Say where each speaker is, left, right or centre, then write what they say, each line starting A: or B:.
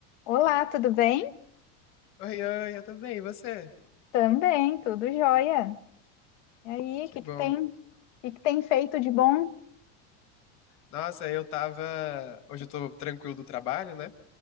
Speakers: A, on the left; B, on the left.
A: Olá, tudo bem?
B: Oi, oi, eu também, e você?
A: Também, tudo jóia. E aí,
B: Que
A: o que
B: bom.
A: que tem, o que que tem feito de bom?
B: Nossa, eu tava. Hoje eu tô tranquilo do trabalho, né?